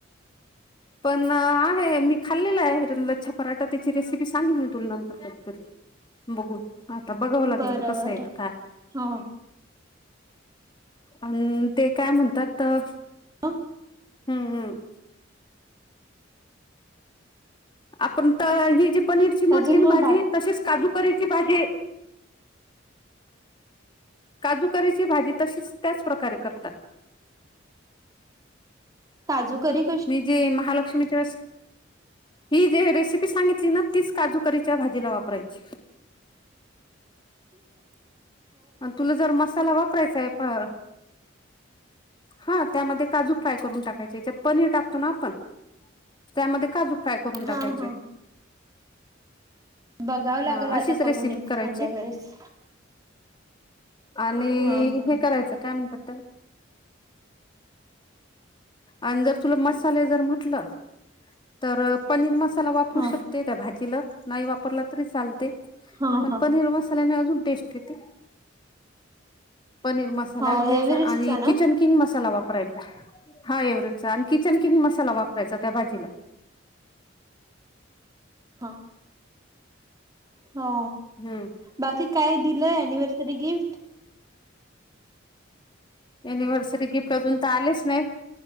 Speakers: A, on the left; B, on the right.
A: पण आहे मी खाल्लेलं आहे लछ पराठा त्याची रेसिपी सांगे मी तुलनांप कतरी बघून आता बघावं लागेल
B: बरं
A: ते कसं
B: बरं
A: येतं काय
B: हो
A: आणि ते काय म्हणतात तर
B: हं
A: हम्म हम् आपण तर ही जी पनीरची म्हटली
B: अजून
A: ना
B: मग
A: माझी
B: बाकी
A: तशीच काजूकरीची भाजी काजूकरीची भाजी तशीच त्याच प्रकारे करतात
B: काजूकरी
A: मी जे महालक्ष्मीच्या ही जे रेसिपी सांगितली ना तीच काजूकरीच्या भाजीला वापरायची
B: ठीक
A: अ तुला जर मसाला वापरायचाय प हा त्यामध्ये काजू फ्राय करून टाकायचे याच्यात पनीर टाकतो ना आपण त्यामध्ये काजू फ्राय करून
B: हा
A: टाकायचे
B: हा बघावं लागेल
A: हा
B: आता
A: अशीच
B: करून
A: रेसिपी
B: एक
A: करायची
B: खांद्या वेळेस
A: आणि
B: हा हा
A: हे करायचं काय म्हणतात ते आणि जर तुला मसाले जर म्हटलं तर पनीर मसाला वापरू
B: हा
A: शकते त्या भाजीला नाही वापरला तरी चालते
B: हा
A: पण
B: हा
A: पनीर मसाल्याने अजून टेस्ट येते पनीर मसाला
B: हो
A: घ्यायचा
B: एव्हरेस्टचा
A: आणि
B: ना
A: किचन किंग मसाला वापरायचा हा एवेचा आणि किचन किंग मसाला वापरायचा त्या भाजीला
B: हा हा
A: हम्म
B: बाकी काय दिलं अनिव्हर्सरी गिफ्ट
A: एनिव्हर्सरी गिफ्ट अजून तर आलेच नाही